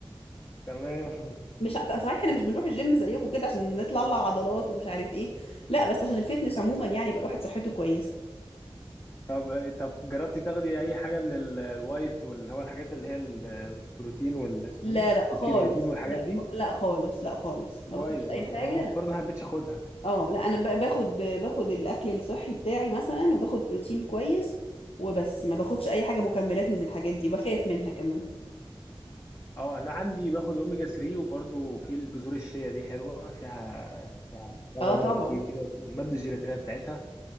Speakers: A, on the left (about 30°); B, on the left (about 80°).
A: تمام
B: مش صحيح احنا مش بنروح الجيم زيكم كده عشان نطلع عضلات ومش عارف ايه لا بس عشان الفتنس عموما يعني يبقى الواحد صحته كويسه
A: طب طب جربتي تاخدي اي حاجه من ال- الوايت واللي هو الحاجات اللي هي البروتين واللي اسمه
B: لا
A: ايه
B: لا خالص
A: والكرياتين والحاجات
B: لا
A: دي
B: خ- لا خالص لا خالص ما
A: كويس
B: باخدش
A: برضه
B: اي حاجه
A: انا ما-
B: لا
A: برضه ما حبيتش اخدها
B: اه لا انا ب- باخد باخد الاكل الصحي بتاعي مثلا وباخد بروتين كويس وبس ما باخدش اي حاجه مكملات من الحاجات دي وبخاف منها كمان
A: اه انا عندي باخد اوميجا 3 وبرضو في البذور الشيا دي حلوه فيها فيها فيها
B: اه
A: غذاء
B: طبعا
A: كتير كده وفي الماده الجيلاتينيه بتاعتها